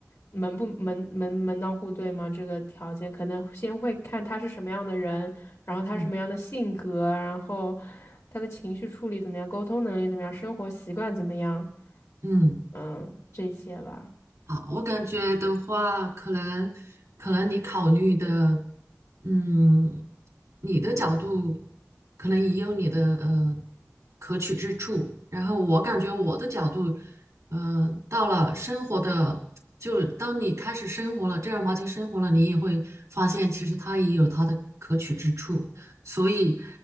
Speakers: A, on the left; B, on the right.
A: 门不门门门当户对吗？这个条件，可能先会看他是什么样的人，然后他是什么样的性格，
B: 嗯
A: 然后他的情绪处理怎么样，沟通能力怎么样，生活习惯怎么样，
B: 嗯。
A: 嗯，这些吧。
B: 好，我感觉的话，可能可能你考虑的，嗯，你的角度可能也有你的呃可取之处。然后我感觉我的角度，呃，到了生活的，就当你开始生活了，正儿八经生活了，你也会发现其实它也有它的可取之处。所以，